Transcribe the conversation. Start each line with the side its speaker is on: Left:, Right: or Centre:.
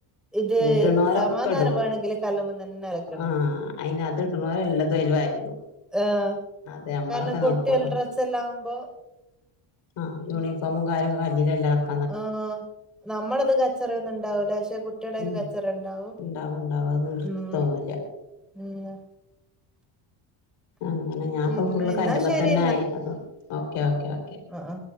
Centre: ഇത്
Left: ഇടണോരൊക്കെ
Centre: സമാധാനം
Left: ഇടും
Centre: വേണെങ്കില് കല്ല്മ തന്നെ അലക്കണം
Left: ആഹ് അയിന് അത് ഇടണോരെല്ലതും അയില് വാരിടും
Centre: ആഹ്
Left: അതെ നമ്മളൊക്കെ
Centre: കാരണം കുട്ടിൾള്ള
Left: നോക്കുള്ളൂ
Centre: ഡ്രസ്സ് എല്ലാംമ്പോ
Left: അഹ് യൂണിഫോമും കാര്യൊ <unintelligible>
Centre: ആഹ് നമ്മളത് കച്ചറിയൊന്നും ഉണ്ടാവൂല പക്ഷെ കു ട്ടെടേല്
Left: ഉം
Centre: കച്ചറ ഉണ്ടാവും
Left: ഇണ്ടാവും ഇണ്ടാവും അതൊന്നും വൃത്തി
Centre: ഉം
Left: തോന്നൂല്ല
Centre: ഉം
Left: അങ്ങനെ ഞാൻപ്പ
Centre: പിന്നെ
Left: ഫുള്ള്
Centre: എന്നാ
Left: കല്ലുമ്
Centre: ശരി
Left: തന്നെ ആയി അതും ഓക്കേ ഓക്കേ ഓക്കേ
Centre: അഹ് ആഹ്